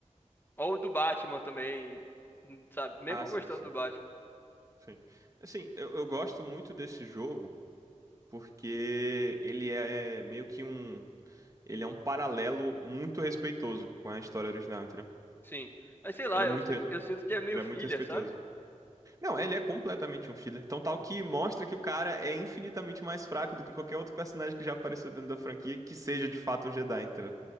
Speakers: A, on the left; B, on the right.
A: Ou o do Batman também, sabe? Mesmo
B: Ah,
A: eu
B: sim,
A: gostando
B: sim.
A: do Batman,
B: Sim. Assim, eu, eu gosto muito desse jogo porque ele é meio que um. Ele é um paralelo muito respeitoso com a história original, entendeu?
A: sim. Mas sei lá,
B: Ele é
A: eu,
B: muito,
A: si-
B: re-
A: eu sinto que é meio
B: ele é
A: filha,
B: muito respeitoso.
A: sabe?
B: Não, ele é completamente um filler. Tão tal que mostra que o cara é infinitamente mais fraco do que qualquer outro personagem que já apareceu dentro da franquia, que seja de fato um Jedi, entendeu?